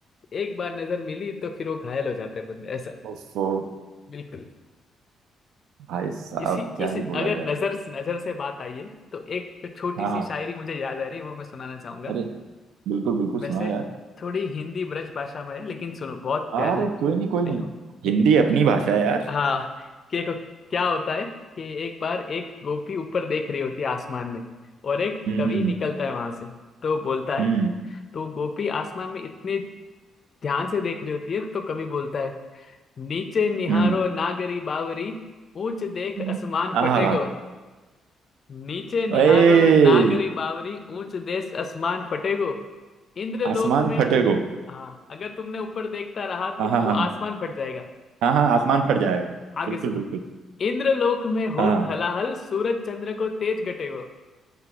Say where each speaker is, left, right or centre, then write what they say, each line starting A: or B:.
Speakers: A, on the left; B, on the right.
A: एक बार नजर मिली तो फिर वो घायल हो जाता है बंदा ऐसा
B: ओफो
A: बिल्कुल
B: भाई साहब
A: इसी
B: क्या
A: इस
B: ही बोला
A: अगर
B: जाए
A: नजर नजर से बात आई है तो एक छोटी
B: हाँ
A: सी
B: हाँ
A: शायरी मुझे याद आ रही है वो मैं सुनाना चाहूंगा
B: अरे बिल्कुल बिल्कुल
A: वैसे
B: सुनाओ यार
A: थोड़ी हिंदी ब्रज भाषा में है लेकिन सुनो बहुत प्यारी
B: अरे
A: है
B: कोई नहीं कोई
A: देखो
B: नहीं
A: ठीक
B: हिंदी
A: है
B: अपनी भाषा है यार
A: हाँ कि देखो क्या होता है कि एक बार एक गोपी ऊपर देख रही होती है आसमान में और एक
B: हम्म
A: कवि निकलता है वहां से तो बोलता है
B: हम्म
A: तो गोपी आसमान में इतनी ध्यान से देख रही होती है तो कवि बोलता है नीचे निहारो
B: हम्म
A: नागरी बावरी ऊंच देख
B: हम्म
A: आसमान
B: आहा
A: फटेगो नीचे निहारो
B: ए
A: नागरी बावरी ऊंच देश आसमान फटेगो इंद्रलोक
B: आसमान
A: में
B: फटेगो
A: हाँ अगर तुमने ऊपर देखता रहा
B: हाँ
A: तो
B: हाँ
A: वो
B: हाँ
A: आसमान फट जाएगा
B: हाँ हाँ आसमान फट जाएगा
A: आगे
B: बिल्कुल
A: सुनो
B: बिल्कुल
A: इंद्रलोक में होत
B: हाँ
A: हलाहल सूरज चंद्र को तेज गटेगो